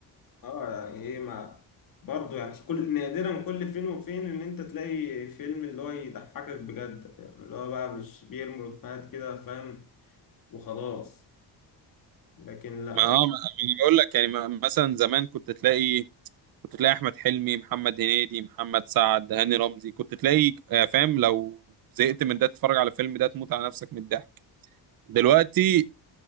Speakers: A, on the left (about 55°); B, on the right (about 60°).
A: اه يعني ايه ما برضه يعني كل نادرا كل فين وفين ان انت تلاقي فيلم اللي هو يضحكك بجد يعني اللي هو بقى مش بيرمي افيهات كده فاهم وخلاص لكن لا
B: ما اه ما ما انا بقول لك يعني ما- مثلا زمان كنت تلاقي كنت تلاقي احمد حلمي محمد هنيدي محمد سعد هاني رمزي كنت تلاقي آه، فاهم لو زهقت من ده تتفرج على فيلم ده تموت على نفسك من الضحك دلوقتي